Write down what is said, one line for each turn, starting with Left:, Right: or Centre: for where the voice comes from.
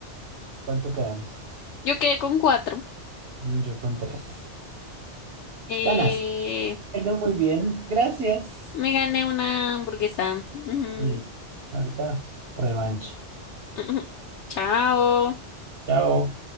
Right: ¿Cuánto quedamos?
Left: Yo quedé con cuatro.
Right: Mm, Yo con tres.
Left: Eh,
Right: Ganas. Bueno, muy bien. Gracias.
Left: me gané una hamburguesa. Ujú,
Right: Listo. Ahorita revancha.
Left: <laughs> ujú. Chao.
Right: Chao.